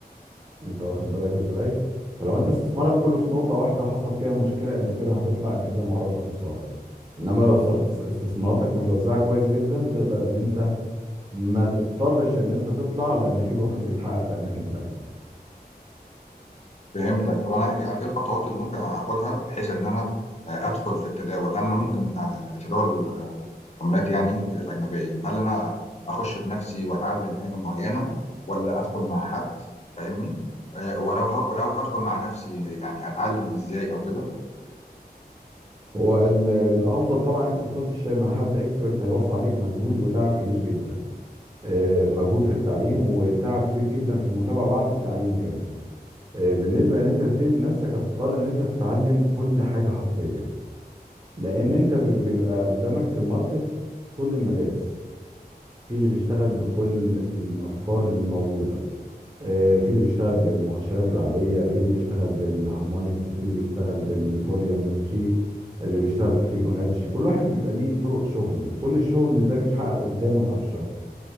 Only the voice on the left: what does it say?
فهمتك طب انا يعني ايه الخطوات اللي ممكن اخدها بحيث ان انا آه، ادخل في التداول هل انا ممكن آه، اتداول عملات يعني الاجنبيه هل انا اخش بنفسي واتعلم حاجه معينه ولا ادخل مع حد فاهمني آه، ولو ه... ولو هدخل مع نفسي يعني اتعلم ازاي او كده